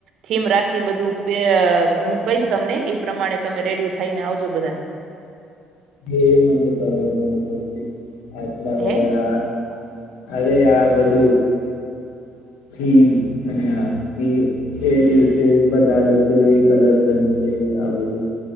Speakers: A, on the right; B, on the left.
A: થીમ રાખી બધું હું કહીશ તમને એ પ્રમાણે તમે રેડી થાયને આવજો બધા
B: એ મને ખબર નહી પડતી આ
A: હે
B: અરે આ બધું થીમ અને આ એ દિવસે બધા લોકો એ કલર પેન છે આ બધું